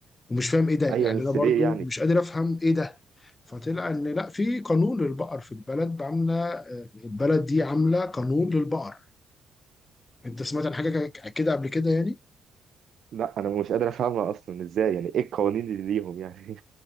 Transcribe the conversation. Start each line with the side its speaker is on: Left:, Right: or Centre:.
Left: ومش فاهم ايه ده يعني
Right: ايوه بس
Left: انا برضو
Right: ليه يعني
Left: مش قادر افهم ايه ده فطلع ان لا في قانون للبقر في البلد عامله آه، البلد دي عامله قانون للبقر انت سمعت عن حاجه كده قبل كده يعني
Right: لا انا مش قادر افهمها اصلا ازاي يعني ايه القوانين اللي ليهم يعني